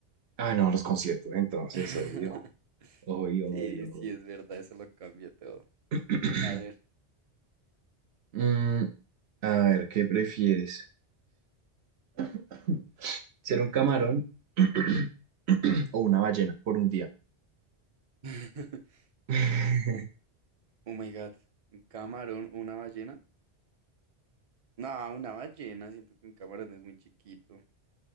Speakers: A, on the right; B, on the right.
A: Ah, no, los conciertos, entonces,
B: <laughs>
A: obvio. Obvio,
B: Sí,
A: obvio,
B: sí,
A: obvio.
B: es verdad, eso lo cambia todo.
A: <clears throat>
B: A ver.
A: Mm, a ver, ¿qué prefieres? <clears throat> ¿Ser un camarón <clears throat> o una ballena por un día?
B: <laughs>
A: <laughs>
B: Oh my God. Un camarón, una ballena No, una ballena, siento que un camarón es muy chiquito.